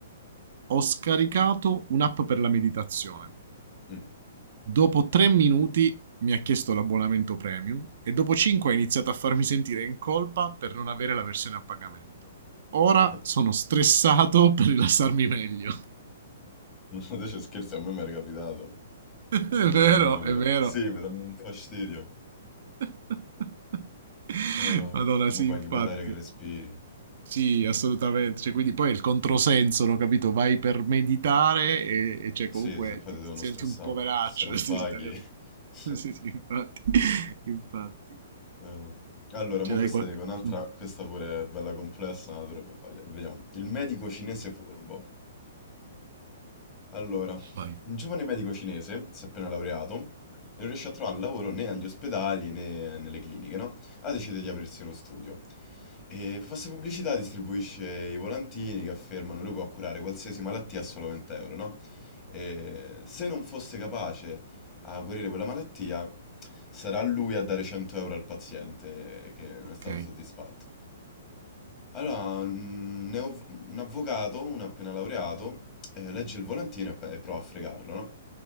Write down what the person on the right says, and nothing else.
Ho scaricato un'app per la meditazione.
Dopo tre minuti mi ha chiesto l'abbonamento premium e dopo cinque ha iniziato a farmi sentire in colpa per non avere la versione a pagamento. Ora
sono stressato <laughs> per rilassarmi meglio.
<laughs> è vero,
è vero.
<laughs>
Madonna, sì,
infatti.
Sì, assolutamente. Cioè, quindi poi è il controsenso, no, capito? Vai per meditare e, e cioè,
comunque
ti,
ti senti
un poveraccio.
<laughs> Sì,
sì, tagliato.
<laughs> Sì, sì, infatti. <laughs> Infatti.
Ce
l'hai
qualche...
Mm,
Vai,
ok.